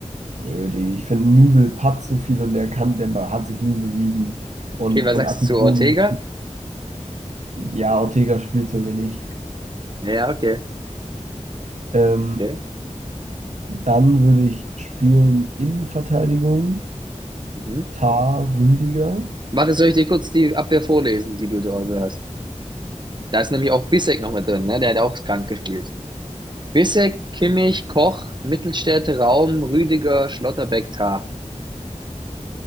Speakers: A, on the right (about 65°); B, on the right (about 35°).
A: Nö, die, ich finde, Nübel patzt so viel und der kann, der hat sich nie bewiesen. Und,
B: Okay, was
A: und
B: sagst
A: Atubolu,
B: du zu Ortega?
A: ja, Ortega spielt zu wenig.
B: Ja, okay,
A: Ähm,
B: okay.
A: dann würde ich spielen Innenverteidigung,
B: Mhm.
A: Tar Rüdiger.
B: Warte, soll ich dir kurz die Abwehr vorlesen, die du dort hast? Da ist nämlich auch Bissek noch mit drin, ne? Der hat auch krank gespielt. Bissek, Kimmich, Koch, Mittelstädte Raum, Rüdiger, Schlotterbeck, Tah.